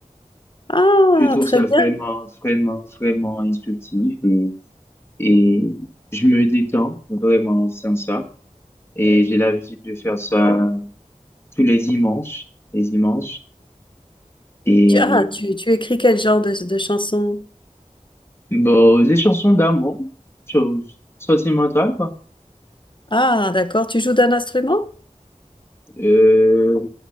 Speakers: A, on the left; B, on the left.
A: Ah,
B: Je trouve
A: très
B: ça
A: bien.
B: vraiment, vraiment, vraiment instructif et, et je me détends vraiment sans ça. Et j'ai l'habitude de faire ça tous les dimanches, les dimanches. Et
A: Tu, ah, tu, tu écris quel genre de, de chansons?
B: Bon, des chansons d'amour, sur- sentimentales, quoi.
A: Ah, d'accord. Tu joues d'un instrument?
B: Euh,